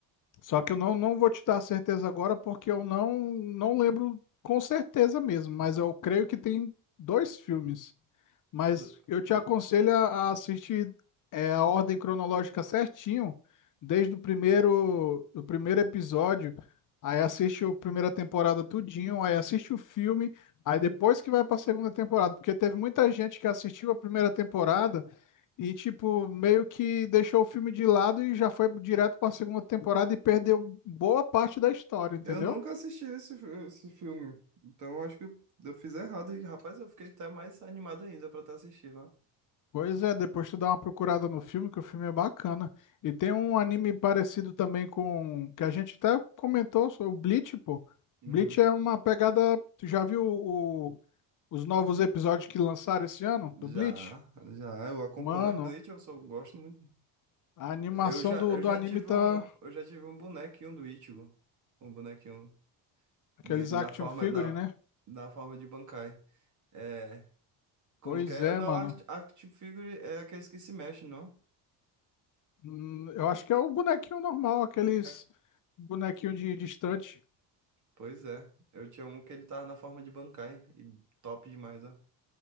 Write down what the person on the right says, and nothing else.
Do-
do-
Eu nunca assisti esse, fi- esse filme. Então eu acho que eu fiz errado. E, rapaz, eu fiquei até mais animado ainda pra estar assistindo, ó.
Uhum.
Já,
já, eu acompanho
Bleach, eu só gosto muito.
Eu já,
eu
já
tive
um, eu já tive um bonequinho do Ichigo. Um bonequinho.
dele na
forma
na,
na forma de Bankai. É, como
que é?
Não,
Act- Action Figure é aqueles que se mexem, não?
É,
pois é. Eu tinha um que ele tava na forma de Bankai e top demais, ó.